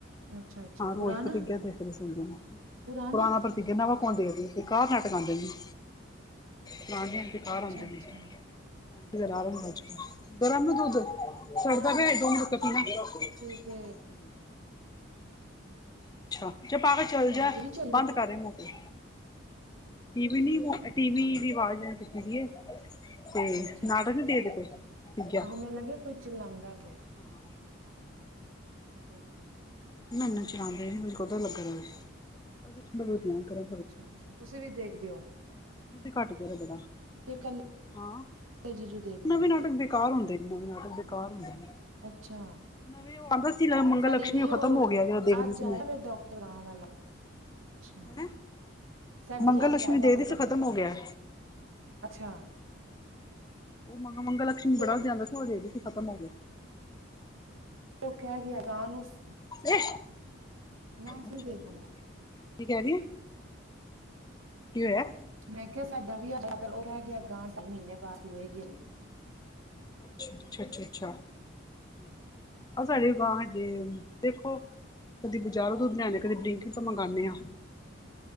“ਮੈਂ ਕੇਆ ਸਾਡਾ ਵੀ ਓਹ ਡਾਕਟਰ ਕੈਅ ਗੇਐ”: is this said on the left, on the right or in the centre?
Right